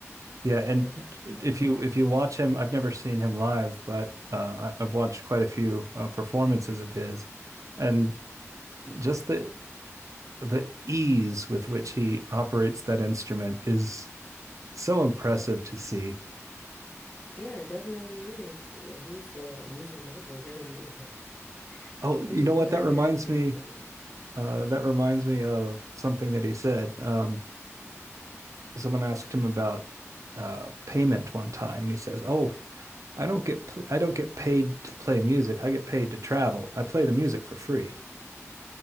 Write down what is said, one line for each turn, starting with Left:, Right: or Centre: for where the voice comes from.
Right: Yeah, and
Left: Like that, it
Right: if
Left: was
Right: you
Left: infatuating.
Right: if you watch him, I've never seen him live, but uh, I- have watched quite a few uh, performances of his, and just the the ease with which he operates that instrument is so impressive to see.
Left: Yeah, it definitely is. Yeah, he's a music mogul, really. <laughs> Like,
Right: Oh, you
Left: who
Right: know what?
Left: who hasn't
Right: That reminds
Left: heard of BB
Right: me.
Left: King?
Right: Uh, that reminds me of something that he said. Um, someone asked him about uh, payment one time, and he says, "Oh, I don't get pl- I don't get paid to play music. I get paid to travel. I play the music for free."